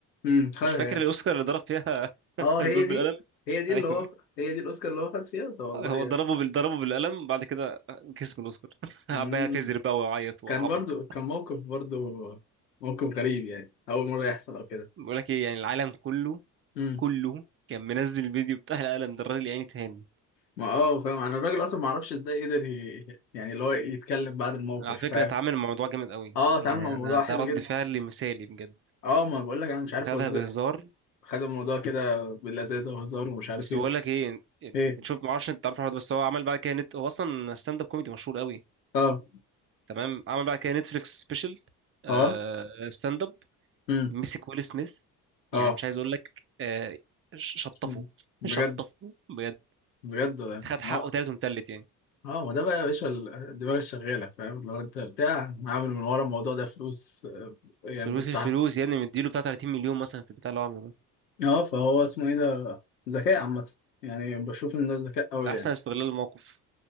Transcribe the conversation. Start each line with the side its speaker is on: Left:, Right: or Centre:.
Left: امم خدها
Right: مش فاكر
Left: يعني
Right: الأوسكار اللي ضرب فيها
Left: اه
Right: <laughs> الباب
Left: هي دي
Right: بالقلم
Left: هي دي
Right: أيوه
Left: اللي هو هي دي الاوسكار اللي هو خد فيها ده والله
Right: هو
Left: يعني
Right: ضربه بال... ضربه بالقلم بعد كده آه، كسب الأوسكار <laughs> قعد
Left: امم
Right: بقى يعتذر بقى ويعيط وعبط
Left: كان برضو
Right: كده
Left: كان موقف برضو موقف غريب يعني اول مره يحصل او كده
Right: بقول لك إيه يعني العالم كله
Left: امم
Right: كله كان منزل الفيديو بتاع القلم ده الراجل يعني تهان
Left: ما اه فاهم انا الراجل اصلا ما اعرفش ازاي قدر ي... يعني اللي هو يتكلم بعد الموقف
Right: على فكرة
Left: فاهم
Right: اتعامل مع الموضوع جامد قوي
Left: اه اتعامل
Right: يعني
Left: مع الموضوع
Right: أنا
Left: حلو
Right: ده رد
Left: جدا
Right: فعل مثالي بجد
Left: اه ما بقول لك انا مش عارف
Right: خدها
Left: هو ازاي
Right: بهزار
Left: خد الموضوع كده باللذاذه وهزار ومش عارف
Right: بس
Left: ايه
Right: بقول
Left: وكده.
Right: لك ايه
Left: ايه
Right: شوف ما اعرفش انت تعرف الحوار ده، بس هو عمل بعد كده نت هو اصلا ستاند اب كوميدي مشهور قوي
Left: اه
Right: تمام عمل بعد كده نتفليكس سبيشال اه
Left: اه
Right: ستاند اب
Left: امم
Right: مسك ويل سميث
Left: اه
Right: يعني مش عايز اقول لك آه، ش- شطفه
Left: مم.
Right: <laughs>
Left: بجد
Right: شطفه بجد
Left: بجد والله.
Right: خد
Left: ما
Right: حقه
Left: هو
Right: تالت ومتلت يعني
Left: اه ما ده بقى يا باشا ال- الدماغ الشغاله فاهم لو انت بتاع عامل من ورا الموضوع ده فلوس آه، يعني
Right: فلوس
Left: بتاع
Right: الفلوس يا ابني مديله بتاع 30 مليون مثلا في البتاع اللي هو عامله ده
Left: اه فهو اسمه ايه ده ذكاء عامه يعني بشوف ان ده ذكاء قوي
Right: على احسن
Left: يعني
Right: استغلال الموقف